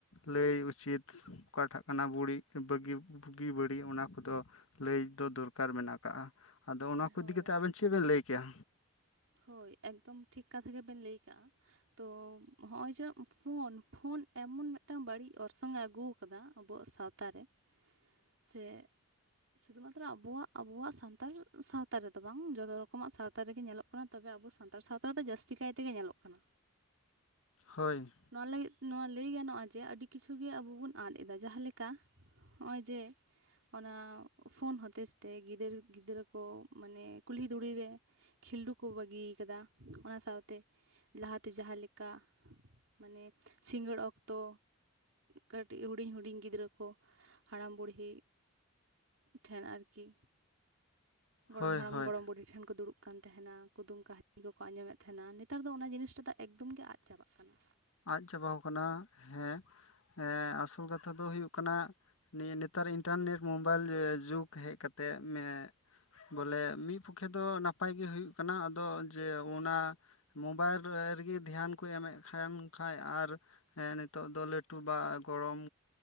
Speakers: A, on the left (about 80°); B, on the right (about 70°).
A: ᱞᱟᱹᱭ ᱩᱪᱤᱛ ᱚᱠᱟᱴᱷᱟᱜ ᱠᱟᱱᱟ ᱵᱩᱲᱤ ᱵᱟᱹᱜᱤ ᱵᱩᱜᱤ ᱵᱟᱹᱲᱤᱜ ᱚᱱᱟ ᱠᱚᱫᱚ ᱞᱟᱹᱭ ᱫᱚ ᱫᱚᱨᱠᱟᱨ ᱢᱮᱱᱟᱜ ᱠᱟᱜᱼᱟ, ᱟᱫᱚ ᱚᱱᱟ ᱠᱚ
B: ᱦᱳᱭ
A: ᱤᱫᱤ ᱠᱟᱛᱮᱜ ᱟᱵᱮᱱ ᱪᱮᱫ ᱵᱮᱱ ᱞᱟᱹᱭ ᱠᱮᱭᱟ,
B: ᱦᱳᱭ ᱮᱠᱫᱚᱢ ᱴᱷᱤᱠ ᱠᱟᱛᱷᱟ ᱜᱮᱵᱮᱱ ᱞᱟᱹᱭ ᱠᱟᱜᱼᱟ, ᱛᱚ ᱦᱚᱜᱼᱚᱭ ᱡᱮ ᱯᱷᱳᱱ ᱯᱷᱳᱱ ᱮᱢᱚᱱ ᱢᱤᱫᱴᱟᱝ ᱵᱟᱹᱲᱤᱡ ᱚᱨᱥᱚᱝ ᱮ ᱟᱹᱜᱩ ᱠᱟᱫᱟ ᱟᱵᱚᱣᱟᱜ ᱥᱟᱶᱛᱟ ᱨᱮ, ᱥᱮ ᱥᱩᱫᱷᱩ ᱢᱟᱛᱨᱚ ᱟᱵᱚ ᱟᱵᱚᱣᱟᱜ ᱥᱟᱱᱛᱟᱲ ᱥᱟᱶᱛᱟ ᱨᱮᱫᱚ ᱵᱟᱝ ᱡᱚᱛᱚ ᱨᱚᱠᱚᱢᱟᱜ ᱥᱟᱶᱛᱟ ᱨᱮᱜᱮ ᱧᱮᱞᱚᱜ ᱠᱟᱱᱟ, ᱛᱚᱵᱮ ᱟᱵᱚ ᱥᱟᱱᱛᱟᱲ ᱥᱟᱶᱛᱟ ᱨᱮᱫᱚ ᱡᱟᱹᱥᱛᱤ ᱠᱟᱭ ᱛᱮᱜᱮ ᱧᱮᱞᱚᱜ ᱠᱟᱱᱟ,
A: ᱦᱳᱭ,
B: ᱱᱚᱣᱟ ᱞᱟᱹᱜᱤᱫ ᱱᱚᱣᱟ ᱞᱟᱹᱭ ᱜᱟᱱᱚᱜᱼᱟ ᱡᱮ ᱟᱹᱰᱤ ᱠᱤᱪᱷᱩ ᱜᱮ ᱟᱵᱚ ᱵᱚᱱ ᱟᱫ ᱮᱫᱟ ᱡᱟᱦᱟᱸ ᱞᱮᱠᱟ ᱦᱚᱸᱜᱼᱚᱭ ᱡᱮ ᱚᱱᱟ ᱯᱷᱳᱱ ᱦᱚᱛᱮᱡ ᱛᱮ ᱜᱤᱫᱟᱹᱨ ᱜᱤᱫᱽᱨᱟᱹ ᱠᱚ ᱢᱟᱱᱮ ᱠᱩᱞᱦᱤ ᱫᱷᱩᱲᱤ ᱨᱮ ᱠᱷᱤᱞᱰᱩ ᱠᱚ ᱵᱟᱹᱜᱤ ᱠᱟᱫᱟ ᱚᱱᱟ ᱥᱟᱶᱛᱮ ᱞᱟᱦᱟᱛᱮ ᱡᱟᱦᱟᱸ ᱞᱮᱠᱟ ᱢᱟᱱᱮ ᱥᱤᱸᱜᱟᱹᱲ ᱚᱠᱛᱚ ᱠᱟᱹᱴᱤᱜ ᱦᱩᱰᱤᱧ ᱦᱩᱰᱤᱧ ᱜᱤᱫᱽᱨᱟᱹ ᱠᱚ ᱦᱟᱲᱟᱢ ᱵᱩᱲᱦᱤ ᱴᱷᱮᱱ ᱟᱨᱠᱤ ᱜᱚᱲᱚᱢ
A: ᱦᱳᱭ
B: ᱦᱟᱲᱟᱢ
A: ᱦᱳᱭ
B: ᱜᱚᱲᱚᱢ ᱵᱩᱰᱷᱤ ᱴᱷᱮᱱ ᱠᱚ ᱫᱩᱲᱩᱵ ᱠᱟᱱ ᱛᱟᱦᱮᱱᱟ ᱠᱩᱫᱩᱢ ᱠᱟᱹᱦᱱᱤ ᱠᱚᱠᱚ ᱟᱡᱚᱢᱮᱫ ᱛᱟᱦᱮᱱᱟ ᱱᱮᱛᱟᱨ ᱫᱚ ᱚᱱᱟ ᱡᱤᱱᱤᱥ ᱴᱟ ᱫᱚ ᱮᱠᱫᱚᱢ ᱜᱮ ᱟᱫ ᱪᱟᱵᱟᱜ ᱠᱟᱱᱟ᱾
A: ᱟᱫ ᱪᱟᱵᱟᱣ ᱠᱟᱱᱟ ᱦᱮᱸ ᱟᱥᱚᱞ ᱠᱟᱛᱷᱟ ᱫᱚ ᱦᱩᱭᱩᱜ ᱠᱟᱱᱟ᱾ ᱱᱤᱭᱟᱹ ᱱᱮᱛᱟᱨ ᱤᱱᱴᱟᱨᱱᱮᱴ ᱢᱳᱵᱟᱭᱤᱞ ᱡᱩᱜᱽ ᱦᱮᱡ ᱠᱟᱛᱮᱫ ᱱᱤᱭᱮ, ᱵᱚᱞᱮ ᱢᱤᱫ ᱯᱚᱠᱷᱮ ᱫᱚ ᱱᱟᱯᱟᱭ ᱜᱮ ᱦᱩᱭᱩᱜ ᱠᱟᱱᱟ ᱟᱫᱚ ᱡᱮ ᱚᱱᱟ᱾ ᱢᱳᱚᱵᱟᱭᱤᱞ ᱨᱮ ᱜᱤ ᱫᱷᱮᱭᱟᱱ ᱠᱚ ᱮᱢᱮᱫ ᱠᱷᱟᱱ, ᱠᱷᱟᱡ ᱟᱨ ᱦᱮᱸ ᱱᱤᱛᱚᱜ ᱫᱚ ᱞᱟᱹᱴᱩ ᱵᱟ ᱜᱚᱲᱚᱢ